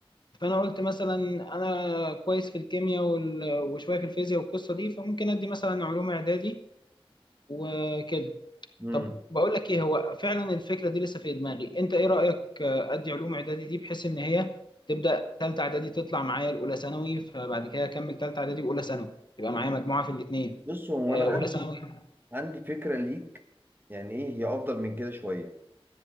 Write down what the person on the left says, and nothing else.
فانا قلت مثلا انا كويس في الكيمياء وال- وشويه في الفيزياء والقصه دي فممكن ادي مثلا علوم اعدادي وكده
طب بقول لك ايه هو فعلا الفكره دي لسه في دماغي انت ايه رايك ادي علوم اعدادي دي بحيث ان هي تبدا ثالثه اعدادي تطلع معايا الاولى ثانوي فبعد كده اكمل ثالثه اعدادي واولى ثانوي يبقى معايا مجموعه في الاثنين
آه
اولى ماشي ثانوي